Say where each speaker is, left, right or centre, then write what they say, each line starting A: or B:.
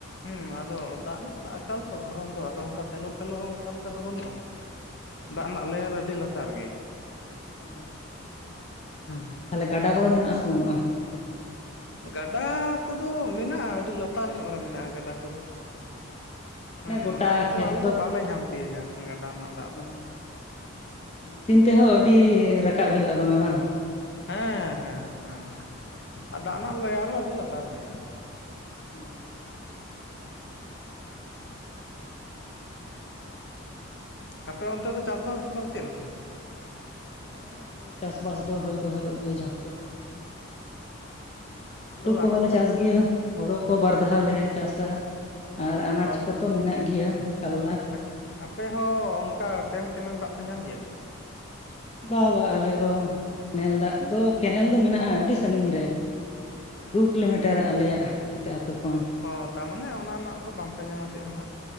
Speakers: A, on the left; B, on the left.
A: ᱦᱩᱸ ᱟᱫᱚ ᱫᱟᱜ ᱨᱮᱱᱟᱜ ᱟᱠᱟᱞ ᱛᱚ ᱫᱷᱚᱨᱚᱱ ᱫᱚ ᱟᱫᱚ ᱚᱱᱠᱟ ᱥᱮᱞᱚ ᱴᱷᱮᱞᱚ ᱦᱚᱸ ᱚᱱᱠᱟ ᱞᱮᱠᱟ ᱫᱚ ᱵᱟᱹᱱᱩᱜᱼᱟ
B: ᱦᱩᱸ
A: ᱫᱟᱜ ᱨᱮᱱᱟᱜ ᱞᱮᱭᱟᱨ ᱟᱹᱰᱤ ᱞᱟᱛᱟᱨ ᱜᱮᱭᱟ
B: ᱚ
A: ᱦᱮᱸᱼᱼ
B: ᱟᱪᱪᱷᱟ ᱛᱟᱦᱚᱞᱮ ᱜᱟᱰᱟ ᱠᱚᱫᱚ ᱢᱮᱱᱟᱜᱼᱟ ᱥᱮ ᱵᱟᱹᱱᱩᱜᱼᱟ?
A: ᱜᱟᱰᱟ ᱠᱚᱫᱚ ᱢᱮᱱᱟᱜᱼᱟ ᱟᱹᱰᱤ ᱞᱟᱛᱟᱨ ᱧᱚᱜ ᱨᱮ ᱢᱮᱱᱟᱜᱼᱟ ᱜᱟᱰᱟ ᱠᱚᱫᱚᱼᱼ
B: ᱢᱟᱱᱮ
A: ᱦᱮᱸ
B: ᱜᱚᱴᱟ
A: ᱚᱱᱟ ᱠᱚᱫᱚ
B: ᱠᱷᱮᱛ
A: ᱟᱞᱮ ᱫᱚ ᱵᱟᱞᱮ ᱧᱟᱢ ᱛᱤᱭᱳᱜᱟ ᱜᱟᱰᱟ ᱨᱮᱱᱟᱜ ᱫᱟᱜ
B: ᱚ
A: ᱫᱚᱼᱼ
B: ᱢᱮᱥᱤᱱ ᱛᱮᱦᱚᱸ ᱟᱹᱰᱤ ᱨᱟᱠᱟᱵ ᱦᱩᱭᱩᱜᱼᱟ ᱫᱚᱢᱮ ᱵᱟᱝᱼᱼ
A: ᱦᱮᱸ ᱦᱮᱸ ᱦᱮᱸ ᱦᱮᱸ ᱫᱟᱜ ᱨᱮᱱᱟᱜ ᱞᱮᱭᱟᱨ ᱦᱚᱸ ᱟᱹᱰᱤ ᱞᱟᱛᱟᱨ ᱜᱮᱭᱟ
B: <inaudible>
A: ᱟᱯᱮ ᱚᱱᱛᱮ ᱫᱚ ᱪᱟᱥ ᱵᱟᱥ ᱫᱚ ᱛᱟᱦᱞᱮ ᱪᱮᱫ ᱞᱮᱠᱟ?
B: ᱦᱮᱸ ᱱᱚᱛᱮ ᱫᱚ ᱪᱟᱥ ᱵᱟᱥ ᱫᱚ ᱦᱩᱭ ᱫᱚ ᱦᱩᱭᱩᱜ ᱜᱮᱭᱟ ᱡᱷᱚᱛᱛᱚ ᱜᱮ ᱟᱹᱞᱩ
A: ᱛᱟᱹᱣ
B: ᱠᱚ
A: ᱟᱱᱟᱡᱽ
B: ᱦᱚᱸ ᱞᱮ
A: ᱯᱟᱹᱛᱤ
B: ᱪᱟᱥ ᱜᱮᱭᱟ ᱦᱩᱲᱩ ᱠᱚ ᱵᱟᱨ ᱫᱷᱟᱣ ᱞᱮ ᱪᱟᱥᱟ ᱟᱨ
A: ᱨᱮᱱᱟᱜ
B: ᱟᱱᱟᱡᱽ ᱠᱚᱛᱚ ᱢᱮᱱᱟᱜ ᱜᱮᱭᱟ ᱠᱟᱞᱞᱟᱼᱼ
A: <unintelligible> ᱟᱯᱮ ᱦᱚᱸ ᱚᱱᱠᱟ ᱰᱮᱢ ᱠᱮᱱᱮᱞ ᱫᱟᱜ ᱯᱮ ᱧᱟᱢ ᱜᱮᱭᱟ
B: ᱵᱟ ᱵᱟ ᱟᱞᱮ ᱫᱚ ᱠᱮᱱᱮᱞ ᱫᱟᱜ ᱫᱚ ᱠᱮᱱᱮᱞ ᱫᱚ ᱢᱮᱱᱟᱜᱼᱟ ᱟᱹᱰᱤ ᱥᱟᱺᱜᱤᱧ ᱨᱮ ᱫᱩ ᱠᱤᱞᱳ ᱢᱤᱴᱟᱨ ᱟᱞᱮᱭᱟᱜ ᱱᱚᱛᱮ ᱟᱛᱳ ᱠᱷᱚᱱ
A: ᱚᱻ ᱛᱟᱨᱢᱟᱱᱮ ᱚᱱᱟ ᱨᱮᱱᱟᱜ ᱫᱚ ᱵᱟᱝ ᱯᱮ ᱧᱟᱢᱟ ᱪᱮᱫ ᱦᱚᱸ ᱦᱟᱸᱜᱼᱼ